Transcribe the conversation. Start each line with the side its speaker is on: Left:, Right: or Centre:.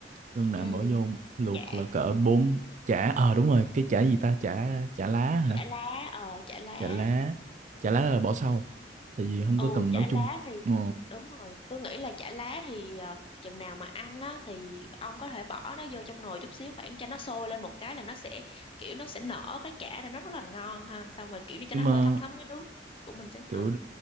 Right: gân nạm
Left: ừ
Right: bỏ vô luộc
Left: chả
Right: là cỡ bốn chả ờ đúng rồi cái chả gì ta chả chả lá hả
Left: chả lá ờ chả lá
Right: chả lá chả lá là bỏ sau tại vì không
Left: ừ
Right: có cần
Left: chả
Right: nấu chung
Left: lá thì
Right: ờ
Left: đúng rồi tôi nghĩ là chả lá thì ờ, chừng nào mà ăn á thì ông có thể bỏ nó vô trong nồi chút xíu khoảng cho nó sôi lên một cái là nó sẽ kiểu nó sẽ nở cái chả ra nó rất là ngon ha xong rồi kiểu như cho
Right: nhưng
Left: nó
Right: mà
Left: hơi thấm thấm cái nước của mình xíu
Right: kiểu
Left: ờ